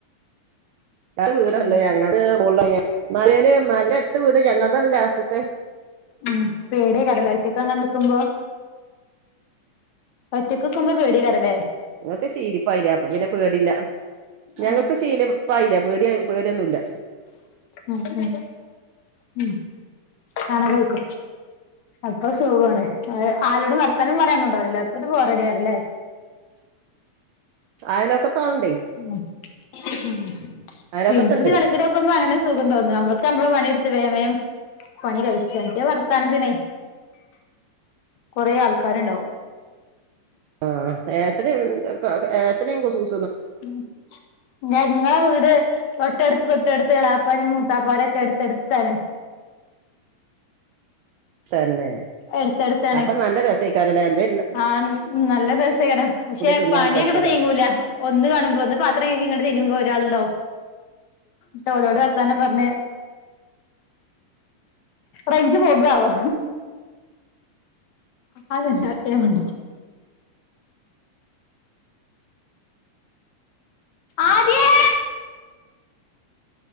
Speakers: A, on the right; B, on the left.
A: രണ്ട് വീടാള്ളെ
B: ഉം
A: ഞങ്ങൾത് മോൾളാണ് മലേല് മലെന്റെ അട്ത് വീട്ല്യാ ഞങ്ങൾതാണ് ലാസ്റ്റ്ത്തെ
B: ആഹ് പേടി എയ്ക്കാരംലേ ഒറ്റക്ക് അങ്ങനെ നി ക്ക്മ്പോ ഒറ്റക്ക്ക്ക്മ്പോ പേടി എയ്ക്കാരല്ലേ?
A: ക്കെ ശീലിപ്പായിലെ അപ്പൊ പിന്നെ പേടില്ല.
B: ആ
A: ഞങ്ങക്ക് ശീലി ഇപ്പായിലെ പേടിയ പേടി ഒന്നുല്ല.
B: ഉം ഉം ഉം കാണാതെ പൊയ്ക്കോ. അപ്പൊ സുഗുആണ് ആരോടും വർത്താനം പറയാന്നോണ്ടാവുലല്ലോ അപ്പൊ ഒരു ബോറഡിയാണ്ലെ?
A: അയലോക്കത്താൾണ്ടേ.
B: ഉം ഉം
A: അയലോക്കത്തുണ്ട്
B: പിന്നൊരു കലപില ക്കുമ്പ അങ്ങനെ സുഖം തോന്നും അമ്മള്ക്ക് അമ്മളെ പണി എട്ത്ത് വേം വേം പണി കഴിച്ച മറ്റേ വർത്താനത്തിനേ കൊറേ ആൾക്കാര്ണ്ടാവും.
A: ആഹ് ഏസണിം ക്കെ ഏസണിം കുസു കു
B: ഉം ഞങ്ങളെ വീട് തൊട്ടെട്ത്, തൊട്ടെട്ത്ത്, എളാപ്പാരും മൂത്താപ്പാരക്കെ, എട്ത്തെ ട്ത്ത് ആണ്.
A: തന്നെ,
B: എടുത്തടുത്താണ്
A: അപ്പൊ നല്ല രസൈക്കാരല്ലെ? എന്തേ ണ്ട
B: ആഹ്, ന നല്ല രസേകാരം. പശെ,
A: തിന്നാൻ
B: പണി
A: രസേക്കാരം
B: അങ്ങട് നീങ്ങൂല. ഒന്ന് കാണുമ്പോ, ഒന്ന് പാത്രം കയ്‌കി ഇങ്ങട്ട് തിരിമ്പോ, ഒരാള്ണ്ടാവും. ത്ത, ഓലോട് വർത്താനം പർഞ്ഞ് റൈഞ്ച് പോകാവോ.? അത്, ഹാപ്പി ആവാ മേണ്ടിറ്റ്. ആദ്യെ.